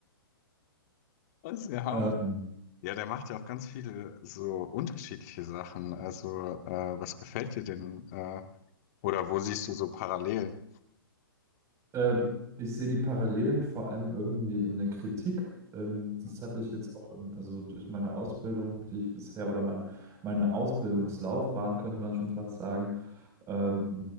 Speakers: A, on the left; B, on the right.
A: Das ist ja Hammer.
B: ähm,
A: Ja, der macht ja auch ganz viele so unterschiedliche Sachen. Also, äh, was gefällt dir denn? Äh, Oder wo siehst du so Parallelen?
B: Ähm, ich sehe die Parallelen vor allem irgendwie in der Kritik. Ähm, das
A: Hm,
B: habe ich jetzt auch, in, also durch meine Ausbildung, die ich bisher oder mein, meine Ausbildungslaufbahn, könnte man schon fast sagen, ähm,